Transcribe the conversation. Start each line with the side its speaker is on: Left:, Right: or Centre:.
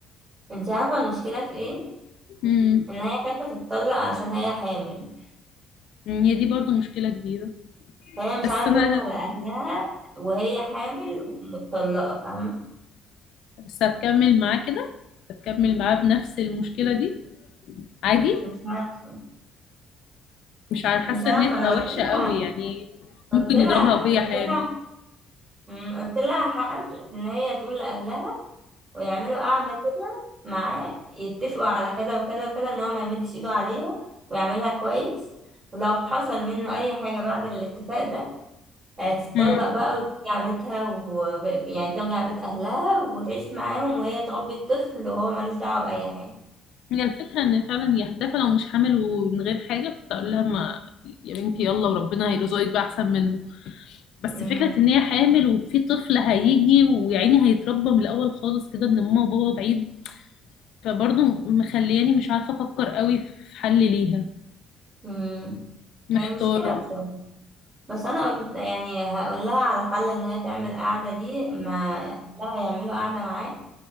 Right: انت عارفة المشكلة في ايه
Left: امم
Right: ان هي خايفة تتطلق علشان هي حامل
Left: أمم، هي دي برضو مشكلة كبيرة
Right: فهي مش
Left: بس
Right: عارفة
Left: انا
Right: ترجع لأهلها وهي حامل ومتطلقة فاهمة
Left: بس هتكمل معاه كده هتكمل معاه بنفس المشكلة دي عادي
Right: مش عارفة
Left: مش عارفة- حاسة
Right: مش عارفة
Left: ان هي تبقى
Right: انا قلت
Left: وحشة قوي
Right: لها
Left: يعني
Right: قلت
Left: ممكن
Right: لها
Left: يضربها وهي
Right: قلت
Left: حامل
Right: لها مم، قلت لها حل ان هي تقول لأهلها ويعملوا قعدة كده معاه يتفقوا على كذا وكذا وكذا ان هو ما يمدش ايده عليها ويعملها كويس ولو حصل منه اي حاجة بعد الاتفاق ده آه، تتطلق
Left: امم
Right: بقى وترجع بيتها و... يعني ترجع بيت أهلها وتعيش معاهم وهي تربي الطفل وهو ملوش دعوة بأي حاجة
Left: هي الفكرة ان فعلا هي هتافهة لو مش حامل ومن غير حاجة كنت اقول لها ما يا بنتي يلا وربنا هيرزقك بقى احسن منه بس
Right: مم.
Left: فكرة ان هي حامل وفي طفل هيجي ويعني هيتربى من الاول خالص كده ان ماما وبابا بعيد فبرضه مخلياني مش عارفة افكر قوي في حل ليها
Right: مم.
Left: محتارة
Right: هي مشكلة بصراحة بس أنا قلت يعني هقول لها على حل إن هي تعمل قعدة دي ما أهلها يعملوا قعدة معاه